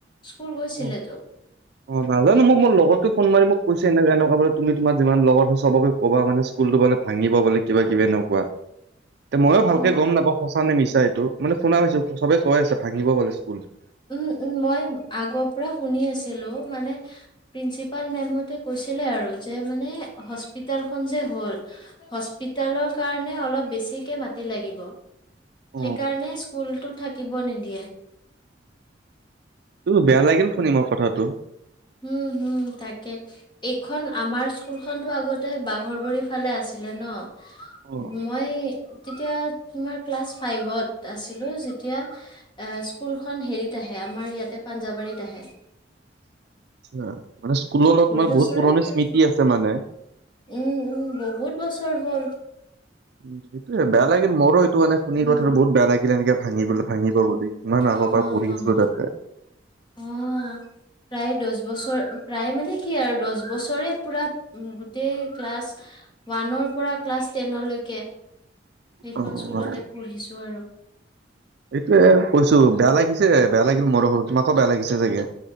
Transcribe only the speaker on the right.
অ অ নাজানো মোক মোৰ লগতো ফোন মাৰি মোক কৈছে এনে এনেকুৱা তুমি তোমাৰ যিমান লগত হয় সবকে ক'বা মানে স্কুলটো বোলে ভাঙিব বোলে কিবা কিবি এনেকুৱা তে ময়ো ভালকে
গম নাপাওঁ সঁচ নে মিছা এইটো মানে শুনা পাইছো চবে কৈ আছে ভাঙিব পিছো
অ
ত বেয়া লাগিল শুনি মই কথাটো
অ',
আ মানে স্কুলৰ লগত মই
বহুত পুৰণি
স্মৃতি আছে মানে।
উম এইটোয়ে বেয়া লাগিল মোৰো এইটো মানে শুনি
কথাটো বহুত বেয়া লাগিল এনেকে ভাঙিব ভাঙিব বুলি কিমান আগৰ
পৰা পঢ়ি
আছিলো
তাতে
অ'।
অ,
এইটোয়ে কৈছো বেয়া লাগিছে বেয়া লাগিল মোৰ সৰু তোমাকো বেয়া লাগিল চে চাগে